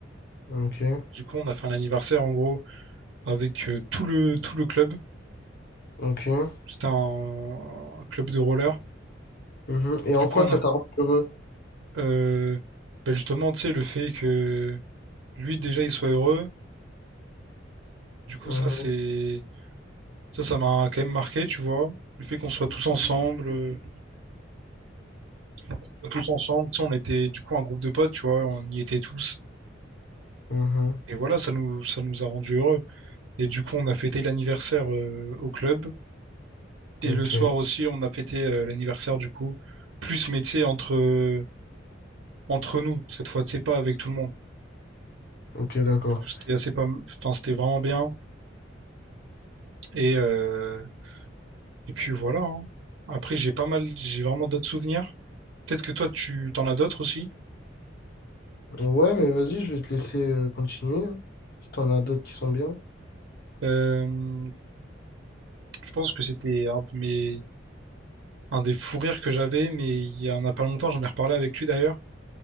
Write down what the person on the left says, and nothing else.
ok,
ok.
Mhm. Et en
quoi
ça
t'a rendu heureux?
Mhm.
Mhm.
Ok,
ok, d'accord.
Ouais, mais vas-y, je vais te laisser euh, continuer. Si t'en as d'autres qui sont bien.